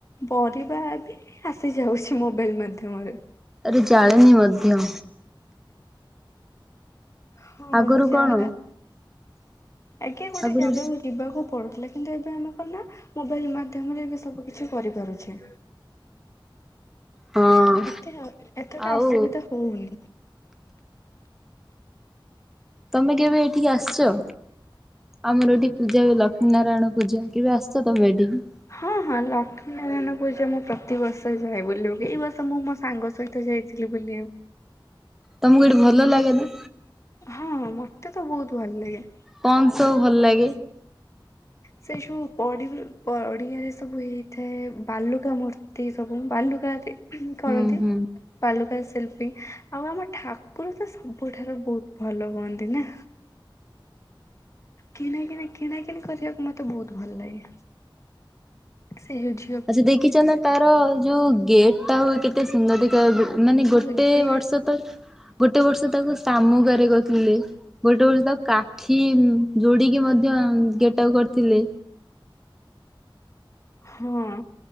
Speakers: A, on the left (about 35°); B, in the centre.
A: ପରିବା ବି ଆସିଯାଉଛି ମୋବାଇଲ ମାଧ୍ୟମରେ।
B: ଆରେ ଜାଳେଣି ମଧ୍ୟ।
A: ହଁ
B: ଆଗରୁ
A: ଯାହା।
B: କଣ
A: ଆଜ୍ଞା ଗୋଟେ
B: ଆଗରୁ
A: ଜାଗାକୁ ଯିବାକୁ ପଡୁଥିଲା କିନ୍ତୁ ଏବେ ଆମକୁ କଣ ନା ମୋବାଇଲ ମାଧ୍ୟମରେ ଏବେ ସବୁ କିିଛି କରିପାରୁଛେ।
B: ହଁ
A: ଏତେ ଏତେ ତ
B: ଆଉ
A: ଅସୁବିଧା ହଉନି।
B: ତମେ କେବେ ଏଠିକି ଆସିଛ? ଆମର ଏଠି ପୂଜା ହୁଏ। ଲକ୍ଷ୍ମୀ ନାରାୟଣ ପୂଜା, କେବେ ଆସଛ ତମେ ଏଠିକି?
A: ହଁ ହଁ ଲକ୍ଷ୍ମୀ ନାରାୟଣ ପୂଜା ମୁଁ ପ୍ରତିବର୍ଷ ଯାଏ ବୁଲିବାକୁ। ଏଇ ବର୍ଷ ମୁଁ ସାଙ୍ଗ ସହିତ ଯାଇଥିଲି ବୁଲି।
B: ତମକୁ ଏଠି ଭଲ ଲାଗେନି?
A: ହଁ, ମତେ ତ ବହୁତ ଭଲ ଲାଗେ।
B: କଣ ସବୁ ଭଲ ଲାଗେ?
A: ସେଇ ଯଉ ପ ପଡିଆରେ ସବୁ ହେଇଥାଏ। ବାଲୁକା ମୂର୍ତ୍ତି ତି ସବୁ ବାଲୁକା ଏଠି କରନ୍ତି।
B: ହୁଁ ହୁଁ
A: ବାଲୁକା ଶିଳ୍ପୀ ଆଉ ଆମ ଠାକୁର ତ ସବୁଠାରୁ ବହୁତ ଭଲ ହୁଅନ୍ତି ନା। କିଣାକିଣି କିଣାକିଣି କରିବାକୁ ମତେ ବହୁତ ଭଲ ଲାଗେ। ସେଇ ହଉଛି
B: ଆଛା ଦେଖିଛ ନା ତାର ଯୋଉ ଗେଟ୍ ଟ ହୁଏ କେତେ ସୁନ୍ଦର ଦେଖା, ମାନେ
A: ଆଉ
B: ଗୋଟେ
A: ଗେଟ୍
B: ବର୍ଷ ତ ଗୋଟେ ବର୍ଷ ତାକୁ ଶାମୁକାରେ କରିଥିଲେ। ଗୋଟେ ବର୍ଷ ତାକୁ କାଠି ଯୋଡିକି ମଧ୍ୟ ଗେଟ ଟାକୁ କରିଥିଲେ।
A: ହଁ,